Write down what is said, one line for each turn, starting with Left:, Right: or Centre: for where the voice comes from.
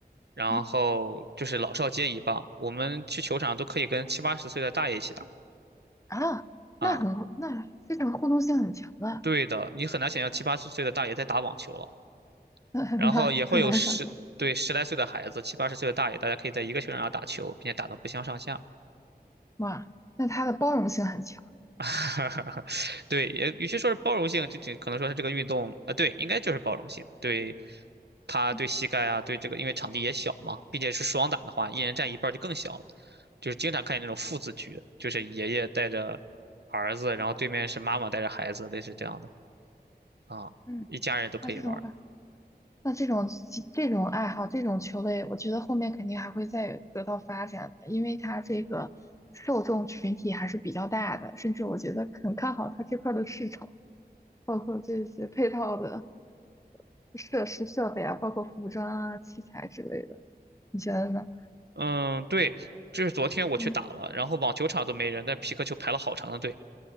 Right: 然后就是老少皆宜吧。
Left: 嗯
Right: 我们去球场都可以跟七八十岁的大爷一起打
Left: 啊，那很那这种互动性很强的，
Right: 啊。对的，你很难想象七八十岁的大爷在打网球了。
Left: <laughs> 那
Right: 然后也会有十，
Left: 很难想象。
Right: 对，十来岁的孩子，七八十岁的大爷，大家可以在一个球场上打球，并且打得不相上下。
Left: 哇，那他的包容性很强。
Right: <laughs> 对，也与其说是包容性，就就可能说是这个运动啊，对，应该就是包容性，对他对膝盖啊，
Left: 嗯
Right: 对这个，因为场地也小嘛，并且是双打的话，一人占一半儿就更小了。就是经常看见那种父子局，就是爷爷带着儿子，然后对面是妈妈带着孩子，类似这样的啊，
Left: 嗯，
Right: 一家人都可以玩儿
Left: 那这种爱，那这种这种爱好，这种球类，我觉得后面肯定还会再得到发展的，因为它这个受众群体还是比较大的，甚至我觉得很看好它这块儿的市场，包括这些配套的设施设备啊，包括服装啊、器材之类的，你觉得呢？
Right: 嗯，对，这是昨天我去打了，
Left: 嗯，
Right: 然后网球场都没人，但皮克球排了好长的队。